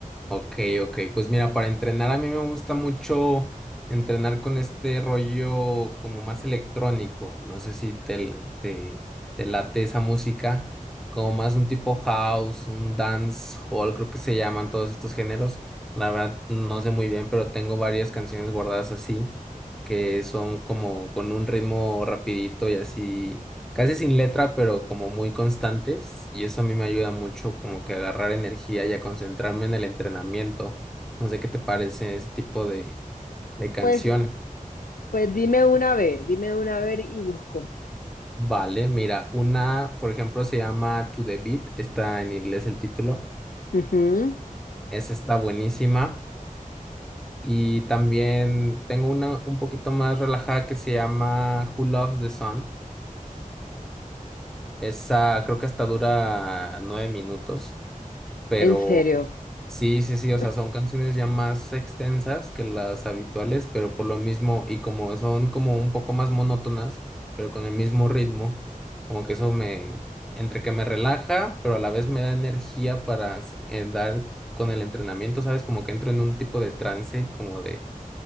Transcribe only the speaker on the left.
Pues, pues dime una a ver, dime una a ver y busco.
Ujú,
En serio.
<laughs>